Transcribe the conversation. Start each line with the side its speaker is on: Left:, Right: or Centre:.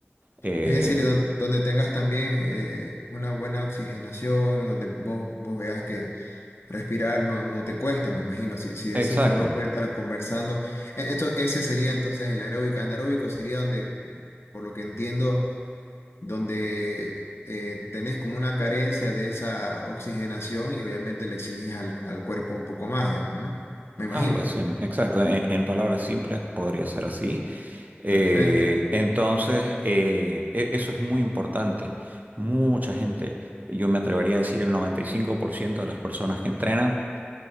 Right: Eh,
Left: Es decir, don- donde tengas también eh, una buena oxigenación, donde vos, vos veas que respirar no, no te cuesta, me imagino. Si, si decís
Right: exacto.
Left: que uno puede estar conversando, E- esto, ese sería entonces el aeróbico. Anaeróbico sería donde, por lo que entiendo, donde eh, tenés como una carencia de esa oxigenación y obviamente le exiges al, al cuerpo un poco más, digamos, ¿no? Me imagino.
Right: Algo así, exacto. En, en palabras simples podría ser así. Eh,
Left: Perfecto.
Right: entonces, eh, e- eso es muy importante. Mucha gente, yo me atrevería a decir el 95% de las personas que entrenan